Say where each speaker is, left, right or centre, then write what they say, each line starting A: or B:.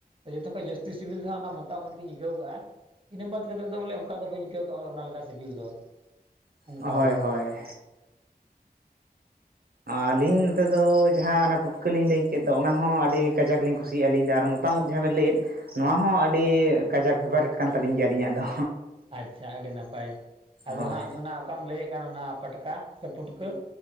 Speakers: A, on the right (about 35°); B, on the right (about 70°).
A: ᱡᱚᱛᱚ ᱠᱷᱚᱡ ᱡᱟᱹᱥᱛᱤ ᱥᱤᱵᱤᱞ ᱫᱚ ᱦᱟᱸᱜ ᱚᱱᱟ ᱢᱚᱛᱟᱢ ᱩᱫᱜᱤᱧ ᱟᱹᱭᱠᱟᱹᱣ ᱠᱟᱜᱼᱟ᱾ ᱤᱱᱟᱹ ᱵᱟᱫ ᱠᱟᱛᱮᱫ ᱫᱚ ᱵᱚᱞᱮ ᱚᱱᱠᱟ ᱫᱚ ᱵᱟᱹᱧ ᱟᱹᱭᱠᱟᱹᱣ ᱠᱟᱜᱼᱟ ᱵᱚᱞᱮ ᱚᱱᱟ ᱞᱮᱠᱟ ᱥᱤᱵᱤᱞ ᱫᱚ᱾ ᱚᱱᱠᱟ
B: ᱦᱳᱭ
A: ᱫᱚ
B: ᱦᱳᱭ᱾ ᱟᱹᱞᱤᱧ ᱱᱚᱛᱮ ᱫᱚ ᱡᱟᱦᱟᱸ ᱚᱱᱟ ᱯᱩᱴᱠᱟᱹᱞᱤᱧ ᱞᱟᱹᱭ ᱠᱮᱫ ᱫᱚ ᱚᱱᱟ ᱦᱚᱸ ᱟᱹᱰᱤ ᱠᱟᱡᱟᱠ ᱞᱤᱧ ᱠᱩᱥᱤᱭᱟᱜᱼᱟ ᱟᱹᱞᱤᱧ ᱫᱚ, ᱟᱨ ᱢᱚᱛᱼᱼ ᱢᱚᱛᱟᱢ ᱳᱫ ᱡᱟᱦᱟᱸ ᱵᱮᱱ ᱞᱟᱹᱭᱮᱫ ᱱᱚᱣᱟ ᱦᱚᱸ ᱟᱹᱰᱤ ᱠᱟᱡᱟᱠ ᱯᱷᱮᱵᱟᱨᱮᱴ ᱠᱟᱱ ᱛᱟᱹᱞᱤᱧ ᱜᱮᱭᱟ ᱟᱹᱞᱤᱧᱟᱜ ᱫᱚ᱾
A: ᱟᱪᱪᱷᱟ ᱟᱹᱰᱤ ᱱᱟᱯᱟᱭ ᱟᱫᱚ
B: ᱦᱳᱭ
A: ᱦᱟᱸᱜ ᱚᱱᱟ ᱚᱠᱟᱢ ᱞᱟᱹᱭᱮᱫ ᱠᱟᱱ ᱚᱱᱟ ᱯᱟᱴᱠᱟ᱾ ᱥᱮ ᱯᱩᱴᱠᱟᱹ